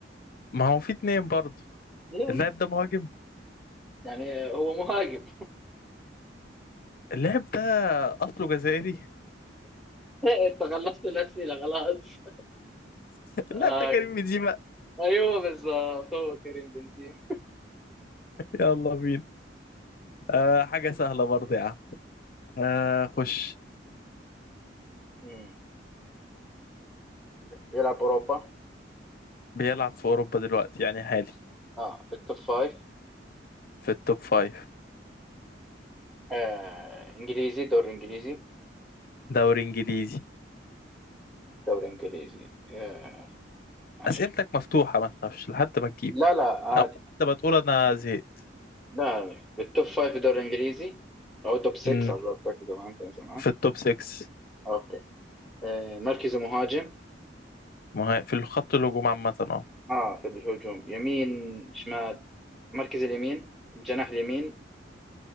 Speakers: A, on the left; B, in the centre.
A: ما هو في اتنين برضه
B: يلا
A: اللاعب ده مهاجم
B: يعني هو مهاجم
A: اللاعب ده اصله جزائري
B: <laughs> انت خلصت الأسئلة خلاص
A: <laughs> اللاعب
B: آه.
A: ده كريم بنزيما
B: ايوه بالظبط هو كريم بنزيما
A: يلا بينا آه حاجة سهلة برضه يا عم آه خش
B: مم. يلعب اوروبا
A: بيلعب في اوروبا دلوقتي يعني حالي
B: اه التوب فايف
A: في التوب فايف
B: آه. انجليزي دوري انجليزي
A: دوري انجليزي
B: دوري انجليزي آه. ماشي
A: اسئلتك مفتوحه ما تخافش لحد ما تجيب
B: لا لا عادي
A: لو انت بتقول انا زهقت
B: لا لا. بالتوب فايف في الدوري الانجليزي او التوب 6
A: امم
B: على قولتك زمان كان زمان
A: في التوب 6
B: اوكي آه. مركزه مهاجم
A: ما هي- في الخط الهجوم عامه اه
B: اه في الهجوم يمين شمال مركز اليمين الجناح اليمين